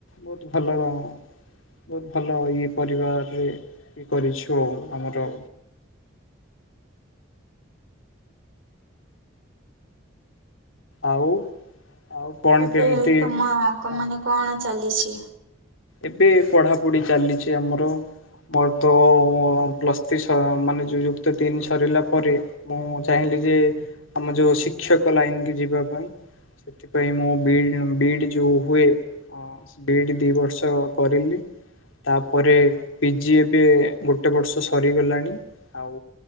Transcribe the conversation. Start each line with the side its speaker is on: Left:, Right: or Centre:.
Left: ବହୁତ ଭଲ ର ବହୁତ ଭଲ ଇ ପରିବାରରେ ଇଏ କରିଛୁ ଆଉ ଆମର ଆଉ ଆଉ କଣ
Right: ଏବେ
Left: କେମିତି
Right: ତମ
Left: ହଁ।
Right: ମାନେ କଣ ଚାଲିଛି?
Left: ଏବେ ପଢାପଢି ଚାଲିଛି ଆମର ମୋର ତ ପ୍ଲସ୍ ମାନେ ଯୋଉ ଯୁକ୍ତ ତିନି ସରିଗଲା ପରେ ମୁଁ ଚାହିଁଲି ଯେ ଆମ ଯୋଉ ଶିକ୍ଷକ ଲାଇନ କି ଯିବା ପାଇଁ ସେଥିପାଇଁ ମୁଁ ବିଡ ବିଡ ଯୋଉ ହୁଏ ବିଡ ଦି ବର୍ଷ କରିଲି। ତାପରେ ପିଜିି ଏବେ ଗୋଟେ ବର୍ଷ ସରିଗଲାଣି ଆଉ